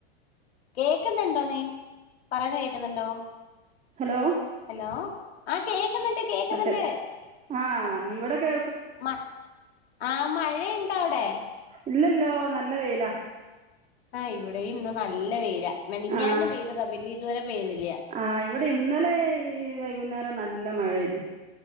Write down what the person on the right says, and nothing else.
ഹലോ
മറ്റ ആ ഇവിടെ കേ
ഇല്ലല്ലോ നല്ല വെയിലാ
ആ
ആ ഇവിടെ ഇന്നലെ ഈ വൈകുന്നേരം നല്ല മഴ ആരുന്നു